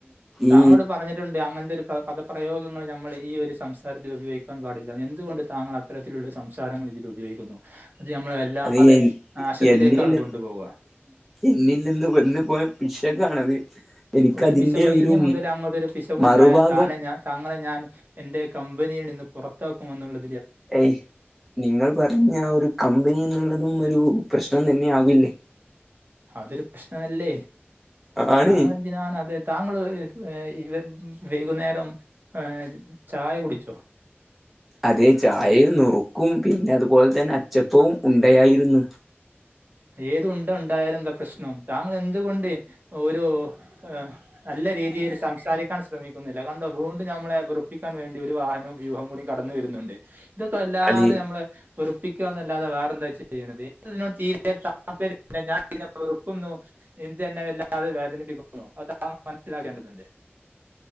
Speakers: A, on the right; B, in the centre.
A: താങ്കളോട്
B: ഈ
A: പറഞ്ഞിട്ടുണ്ട് അങ്ങനത്തെ ഒരു പദപ്രയോഗങ്ങള് ഞമ്മള് ഈ ഒരു സംസാരത്തിൽ ഉപയോഗിക്കാൻ പാടില്ല എന്തുകൊണ്ട് താങ്കൾ അത്തരത്തിലുള്ള സംസാരങ്ങൾ ഇതിൽ ഉപയോഗിക്കുന്നു. അത് നമ്മളെ വല്ലാതെ
B: അത്
A: നാശത്തിലേക്കാണ്
B: എന്നിൽ ന്
A: കൊണ്ടുപോവുക
B: എന്നിൽ നിന്ന് വന്ന് പോയ പിശകാണത്. എനിക്കതിന്റെ
A: ഒരു പിശവ്
B: ഒരു
A: ഇനി മുതല് അങ്ങോട്ടൊരു പിശവു
B: മറുഭാഗം
A: ഉണ്ടായാൽ താനെ ഞാൻ താങ്ങളെ ഞാൻ എന്റെ കമ്പനിയിൽ നിന്ന് പുറത്താക്കുമെന്നുള്ള
B: ഏയ് നിങ്ങൾ പറഞ്ഞ ഒരു കമ്പനി എന്ന്ള്ള തും ഒരു പ്രശ്നം തന്നെ ആവില്ലേ.
A: അതൊരു പ്രശ്നമല്ലേ.
B: ആണ്
A: താങ്ക്ളെന്തിനാ അത് താങ്ക്ള് ഏഹ് <unintelligible> വൈകുന്നേരം ഏ ചായ കുടിച്ചോ?
B: അതെ ചായയും നുറുക്കും പിന്നെ അതുപോലെ തന്നെ അച്ചപ്പവും ഉണ്ടയായിരുന്നു.
A: ഏത് ഉണ്ട ഉണ്ടായാലും എന്താ പ്രശ്ണം താങ്കൾ എന്തുകൊണ്ട് ഒരു ആ നല്ല രീതിയിൽ സംസാരിക്കാൻ ശ്രമി ക്കുന്നില്ല. കണ്ടോ വീണ്ടും ഞമ്മളെ വെറുപ്പിക്കാൻ വേണ്ടി ഒരു വാഹനോം വ്യൂഹം കൂടി കടന്നു വരുന്നുണ്ട്. ഇതൊക്കെ വല്ലാതെ
B: അതെ
A: നമ്മള് വെറുപ്പിക്കാന്നല്ലാതെ വേറെ എന്താ ചെയ്യിണത് ഇൻക് ഇതിനോട് തീരെ തീരെ താൽപര്യമില്ല ഞാൻ ഇതിനെ വെറുക്കുന്നു <unintelligible> തന്നെ വല്ലാതെ വേദനിപ്പിക്കുന്നു. അത് താങ്കൾ മന സിലാക്കേണ്ടതുണ്ട്. <unintelligible>